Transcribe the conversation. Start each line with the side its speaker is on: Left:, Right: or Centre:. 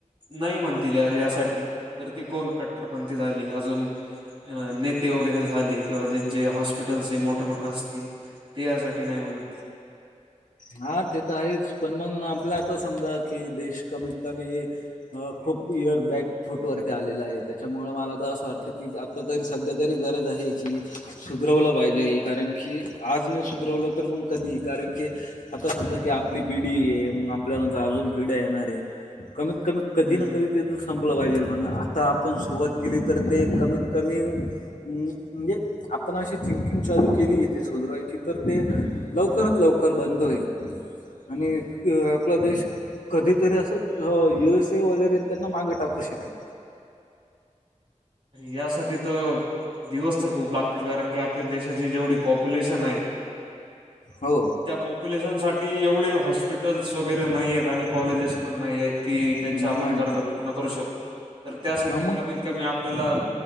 Right: नाही म्हणतील या यासाठी तर ते कोण कट्टरपणथी झाली अजून अ नेते वगैरे झाले किंवा ज्यांचे हॉस्पिटलस मोठ मोठ असती ते यासाठी नाही म्हणतील.
Left: हा ते तर आहेच पण मग आपला आता समजा की देश कमीत कमी अ खूप इयरबॅक फूट वरती आलेला आहे त्याच्यामुळ मला तर असं वाटतं कि आता तरी सध्या तरी गरज आहे की सुधरवलं पाहिजेल कारण की आज नाही सुधरवलं तर मग कधी कारण की आता समजा की आपली पिढी <unintelligible> मग आपल्यानंतर अजून पिढ्या येणारे कमीत कमी कधी
Right: हम्म
Left: ना कधी तित संपलं पाहिजेल म्हण आता आपण सुरुवात केली तर ते कमीत कमी हम्म, म्हणजे? आपण अशी थिंकिंग चालू केली तेे सुधरायची तर ते लवकरात लवकर बंद होईल. आणि <unintelligible> आपला देश कधीतरी असं <unintelligible> यु एस ए वगैरे त्यांना मागे टाकू शकेल.
Right: यासाठी त दिवस तर खूप लागतील कारण की आपल्या देशाची जेवढी पॉप्युलेशन आहे.
Left: हो.
Right: त्या पॉप्युलेशनसाठी एवढे हॉस्पिटल्स वगैरे नाही आहेत आणि कॉलेजेस पण <unintelligible> त्यांच्या
Left: नाही.
Right: आपण गरजा पूर्ण करू शक, तर त्यासाठी
Left: हां, मग
Right: कमीत कमी आप आपल्याला